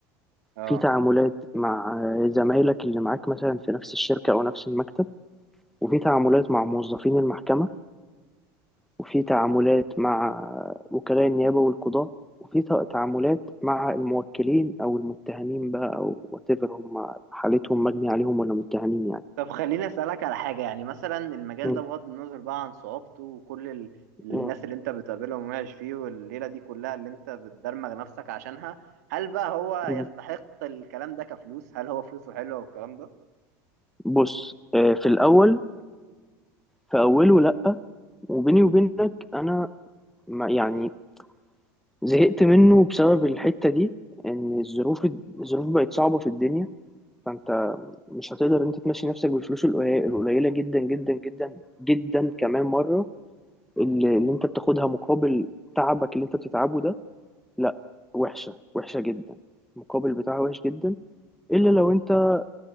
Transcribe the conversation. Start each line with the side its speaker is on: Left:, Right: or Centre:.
Right: أه
Centre: في تعاملات مع زمايلك اللي معاك مثلا في نفس الشركة او نفس المكتب وفي تعاملات مع موظفين المحكمة وفي تعاملات مع وكلاء النيابة والقضاء وفي تع- تعاملات مع الموكلين أو المتهمين بقى أو whatever هم حالتهم مجني عليهم ولا متهمين يعني
Right: طب خليني أسألك على حاجة يعني مثلا المجال
Centre: م-
Right: ده بغض النظر بقى عن صعوبته وكل ال... الناس
Centre: م-
Right: اللي أنت بتقابلهم وعايش فيه والليلة دي كلها اللي أنت بتدرمغ نفسك عشانها هل بقى هو
Centre: م.
Right: يستحق الكلام ده كفلوس؟ هل هو فلوسه حلوة والكلام ده؟
Centre: بص آه، في الأول في أوله لأ وبيني وبينك أنا ما يعني زهقت منه بسبب الحتة دي إن الظروف الظروف بقت صعبة في الدنيا فأنت مش هتقدر أنت تمشي نفسك بالفلوس القليلة القليلة جدا جدا جدا جدا كمان مرة اللي, اللي انت بتاخدها مقابل تعبك اللي انت بتتعبه ده لا وحشة وحشة جدا المقابل بتاعها وحش جدا الا لو انت آه،